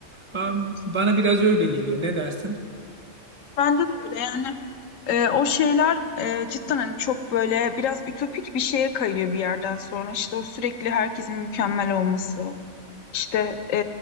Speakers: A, on the right; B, on the left.
A: Am,
B: Evet,
A: Bana biraz öyle geliyor. Ne dersin?
B: Bence de öyle yani e, o şeyler e, cidden hani çok böyle biraz ütopik bir şeye kayıyor bir yerden sonra işte o sürekli herkesin mükemmel olması işte e,